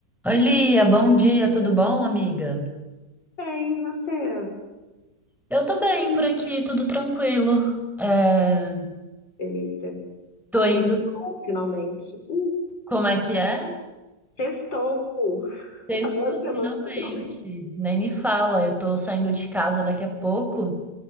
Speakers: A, in the centre; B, on the left.
A: Oi, Lia, bom dia, tudo bom, amiga?
B: Bem, e você,
A: Eu tô bem por aqui, tudo tranquilo. É,
B: Felícia?
A: tô
B: Sextou,
A: indo,
B: finalmente. Uh,
A: como é que é?
B: sextou! <laughs>
A: Sextou
B: Acabou a semana,
A: finalmente.
B: finalmente.
A: Nem me fala, eu tô saindo de casa daqui a pouco.